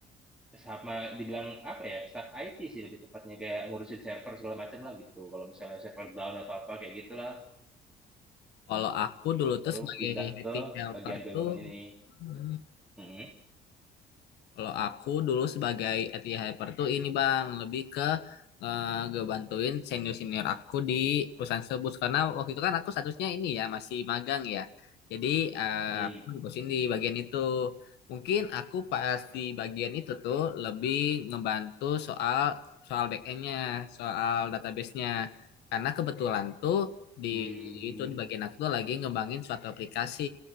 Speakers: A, in the centre; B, on the left.
A: sama dibilang apa ya staff IT sih lebih tepatnya kayak ngurusin server segala macam lah gitu. Kalau misalnya server down atau apa kayak gitulah
B: Kalau aku dulu
A: baru
B: tuh sebagai
A: pindah
B: IT
A: ke
B: helper
A: bagian BUMN
B: tuh,
A: ini.
B: hmm,
A: Mm-mm.
B: kalau aku dulu sebagai IT helper tuh ini bang, lebih ke eh, ngebantuin senior-senior aku di perusahaan tersebut. Karena waktu itu kan aku statusnya ini ya, masih magang ya. Jadi eh,
A: Hmm.
B: aku dibosin di bagian itu. Mungkin aku pas di bagian itu tuh lebih ngebantu soal soal back-endnya, soal database-nya. Karena kebetulan tuh di
A: Hmm.
B: itu di bagian aku tuh lagi ngembangin suatu aplikasi.